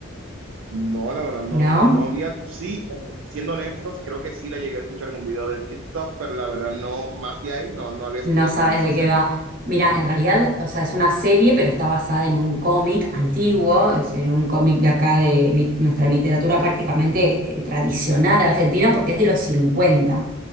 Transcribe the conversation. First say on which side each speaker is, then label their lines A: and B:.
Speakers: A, on the right (about 70°); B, on the right (about 45°).
A: No, la verdad, no,
B: ¿No?
A: no había, sí, bueno, siendo honestos, creo que sí la llegué a escuchar en un video de TikTok, pero la verdad no, más de ahí, no, no había
B: No
A: escuchado
B: sabes
A: sobre esa
B: de
A: serie.
B: qué va. Mira, en realidad, o sea, es una serie, pero está basada en un cómic antiguo, es en un cómic de acá de li- nuestra literatura prácticamente eh, tradicional argentina, porque es de los cincuenta